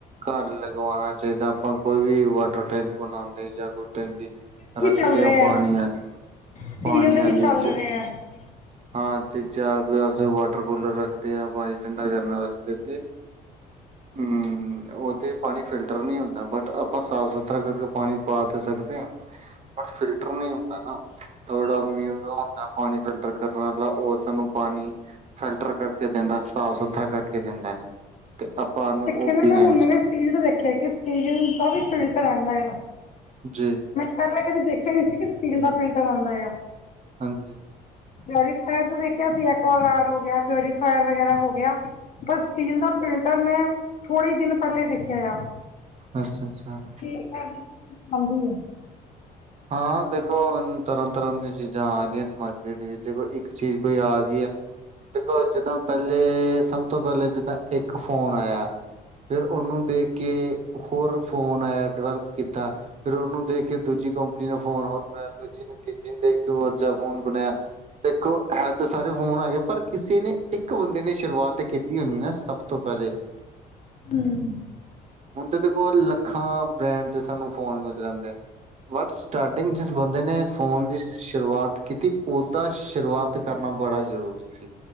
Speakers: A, on the right (about 40°); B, on the left (about 45°).
A: ਘਰ, ਲਗਵਾਉਣਾ ਚਾਹੀਦਾ ਆਪਾਂ ਨੂੰ। ਕੋਈ ਵੀ, ਵਾਟਰ ਟੈਂਕ ਬਣਾਉਂਦੇ ਜਾਂ ਕੋਈ ਟੈਂਕੀ,
B: ਕੀ
A: ਰੱਖਦੇ
B: ਚੱਲ ਰਿਹਾ
A: ਆ ਪਾਣੀਆਂ
B: ਹੈ ਸਟੀਲ
A: ਪਾਣੇ
B: ਦੇ
A: ਆਲੀ
B: ਹੀ
A: ਚ
B: <unintelligible> <inaudible>
A: ਹਾਂ ਤੇ, ਚਾਰ ਗਲਾਸ ਮੈ ਵਾਟਰ ਕੂਲਰ ਰੱਖਦੇ ਆ, ਪਾਣੀ ਠੰਡਾ ਕਰਨ ਵਾਸਤੇ ਤੇ <unintelligible> <inaudible> ਉਹ ਤੇ ਪਾਣੀ, ਫਿਲਟਰ ਨਹੀਂ ਹੁੰਦਾ ਬਟ ਆਪਾਂ ਸਾਫ ਸੁਥਰਾ ਕਰਕੇ, ਪਾਣੀ ਪਾ ਤਾਂ ਸਕਦੇ ਹਾਂ। ਪਰ ਫਿਲਟਰ ਨਹੀਂ ਹੁੰਦਾ ਨਾ, ਤੇ ਜਿਹੜਾ ਮਿਨਿਰਲ ਹੁੰਦਾ ਪਾਣੀ ਫਿਲਟਰ ਕਰਨ ਵਾਲਾ ਉਹ ਸਾਨੂੰ, ਪਾਣੀ ਫਿਲਟਰ ਕਰਕੇ ਦਿੰਦਾ ਸਾਫ ਸੁਥਰਾ, ਕਰਕੇ ਦਿੰਦਾ ਹੈ। ਤੇ ਆਪਾਂ ਉਹਨੂੰ
B: ਦੇਖੇ
A: ਉਹ
B: ਨਾ
A: ਪੀਣਾ
B: ਮੈਂ ਹੁਣ ਨਵੇਂ ਸਟੀਲ ਦਾ ਦੇਖਿਆ, ਕਿ ਸਟੀਲ ਦਾ ਵੀ ਫਿਲਟਰ ਆਉਂਦਾ।
A: ਜੀ
B: ਪਹਿਲੇ, ਕਦੇ ਦੇਖਿਆ ਨਹੀਂ ਸੀ ਕਿ ਸਟੀਲ ਦਾ ਫਿਲਟਰ, ਆਉਂਦਾ ਆ।
A: ਹਾਂਜੀ।
B: ਪਿਓਫਾਇਰ ਦੇਖਿਆ ਸੀ, ਐਕਗਾਰਡ ਹੋ ਗਿਆ ਪਿਓਰੀਫਾਇਰ ਵਗੈਰਾ, ਹੋ ਗਿਆ। ਪਰ ਸਟੀਲ ਦਾ ਫਿਲਟਰ, ਮੈਂ ਥੋੜ੍ਹੇ ਦਿਨ ਪਹਿਲੇ ਦੇਖਿਆ ਆ।
A: ਅੱਛਾ -ਅੱਛਾ।
B: ਠੀਕ ਐ, ਆਂਦੀ ਹੈ।
A: ਹਾਂ ਦੇਖੋ, ਤਰ੍ਹਾਂ -ਤਰ੍ਹਾਂ ਦੀਆਂ ਚੀਜ਼ਾਂ ਆ ਰਹੀਆਂ ਮਾਰਕੀਟ ਵਿੱਚ ਦੇਖੋ, ਇੱਕ ਚੀਜ਼ ਕੋਈ ਆ ਗਈ ਹੈ। ਦੇਖੋ ਜਿੱਦਾਂ, ਪਹਿਲੇ ਸਭ ਤੋਂ ਪਹਿਲੇ, ਜਿੱਦਾਂ ਇੱਕ ਫੋਨ ਆਇਆ ਫਿਰ ਉਹਨੂੰ ਦੇਖ ਕੇ, ਹੋਰ ਫੋਨ ਆਇਆ ਡਿਵੈਲਪ, ਕੀਤਾ। ਫੇਿਰ ਉਹਨੂੰ ਦੇਖ ਕੇ, ਦੂਜੀ ਕੰਪਨੀ ਨੂੰ ਫੋਨ ਹੋਰ ਬਣਾਇਆ, ਦੂਜੀ ਨੂੰ ਤੀਜੀ ਨੂੰ ਦੇਖ ਕੇ ਉਹ ਓਦਾ, ਜਾ ਫੋਨ ਬਣਇਆ। ਦੇਖੋ ਹੈ ਤਾਂ ਸਾਰੇ, ਫੋਨ ਆ ਗਏ ਪਰ ਕਿਸੇ ਨੇ ਇੱਕ ਬੰਦੇ ਨੇ ਸ਼ੁਰੂਆਤ ਕੀਤੀ ਹੋਣੀ ਨਾ, ਸਭ ਤੋਂ ਪਹਿਲੇ। <unintelligible> <inaudible>
B: ਹਮ।
A: ਹੁਣ ਤਾਂ ਦੇਖੋ, ਲੱਖਾਂ ਬ੍ਰੈਂਡ ਦੇ ਸਾਨੂੰ ਫੋਨ, ਮਿਲ ਜਾਂਦੇ ਸਟਾਰਟਿੰਗ ਜਿਸ ਬੰਦੇ ਨੇ ਫੋਨ ਦੀ ਸ਼ੁਰੂਆਤ ਕੀਤੀ, ਦਾ ਸ਼ੁਰੂਆਤ ਕਰਨਾ ਬੜਾ ਜ਼ਰੂਰੀ ਸੀ।